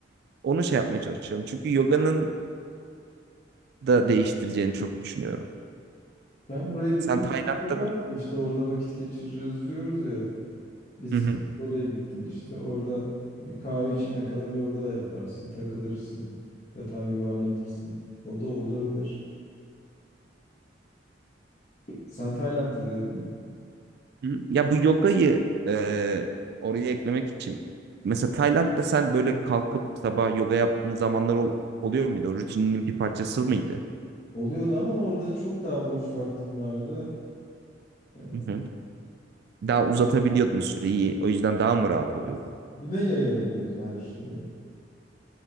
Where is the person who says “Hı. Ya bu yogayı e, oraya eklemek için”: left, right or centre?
Right